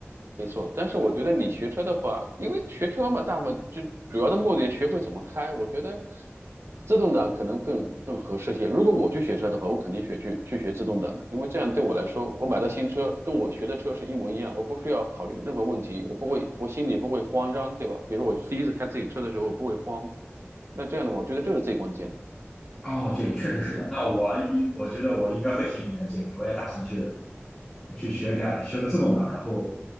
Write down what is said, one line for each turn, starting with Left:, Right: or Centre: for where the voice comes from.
Right: 没错，但是我觉得你学车的话，因为学车嘛，大部分就主要的目的学会怎么开。我觉得自动挡可能更更合适些。如果我去学车的话，我肯定学去去学自动挡的，因为这样对我来说，我买到新车跟我学的车是一模一样，我不需要考虑任何问题，我不会，我心里不会慌张，对吧？比如我第一次开自己车的时候，我不会慌。那这样的话，我觉得这是最关键的。
Centre: 哦，对，确实是的。那我一我觉得我应该会听您的建议，我也打算去去学个学个自动挡，然后